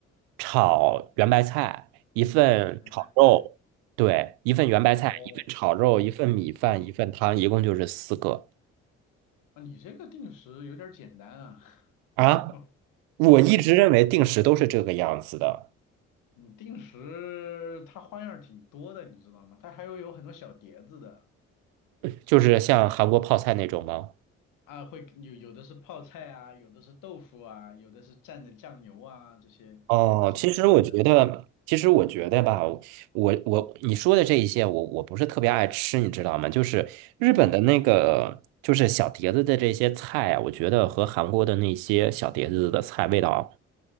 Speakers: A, on the right; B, on the left.
A: 炒圆白菜，一份炒肉。
B: 全麦菜，
A: 对，一份圆白菜，
B: 哦，
A: 一份炒肉，
B: 哦。
A: 一份米饭，
B: 哦
A: 一份汤，一共就是四个
B: 啊，你这个定时有点儿简单啊，
A: 啊。
B: <laughs>
A: 我一直认为定时都是这个样子的，
B: 你定时它花样儿挺多的，你知道吗？它还有有很多小碟子的
A: 就是像韩国泡菜那种吗？
B: 啊，会有有的是泡菜啊，有的是豆腐啊，有的是蘸的酱油啊，这些奇奇怪怪的，
A: 哦，其实我觉得，其实我觉得吧，我我你说的这一些，我我不是特别爱吃，你知道吗？就是日本的那个，就是小碟子的这些菜啊，我觉得和韩国的那些小碟子的菜味道